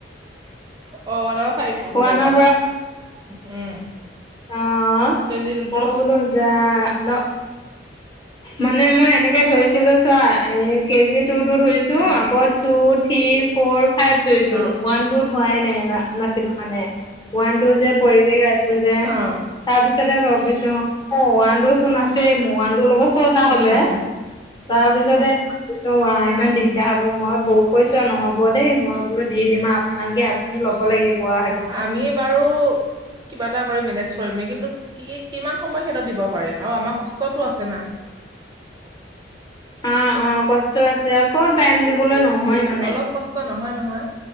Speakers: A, on the right; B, on the left.
A: অ' ওৱানৰ ফাইভলৈ
B: ওৱানৰ
A: পাও, উম
B: আহ,
A: কেজিটোতো
B: মই বোলো যা ন। মানে মই এনেকে ধৰিছিলো চোৱা, এই কেজি টু টো ধৰিছো,
A: অ
B: আকৌ টু থ্ৰী ফ'ৰ ফাইভ ধৰিছো,
A: অ
B: ওৱান টু ধৰাই নাই ন নাছিল মানে, ওৱান টু যে পৰিৱেশ আছিল যে।
A: অ
B: তাৰ পিছতেহে ভাবিছো, ওৱানটো চোন আছেই মোৰ, ওৱানটোৰ লগত টো এটা হ'লে,
A: উম
B: তাৰপিছতে অ' আই ইমান দিগদাৰ হব, মই বৌ কৈছো আৰু নহ'ব দেই মই বোলো দি দিম আৰু আপোনাকে। আপুনি ল'ব লাগিব আ
A: আমি বাৰু কিবা এটা কৰি মেনেজ কৰিমেই, কিন্তু কি কিমান সময় সিঁহতক দিব পাৰিম, অ' আমাৰ কষ্টতো আছে না।
B: অ' অ' কষ্ট আছে আকৌ, টাইম দিবলৈ নহয় মানে।
A: অলপ কষ্ট নহয় নহয়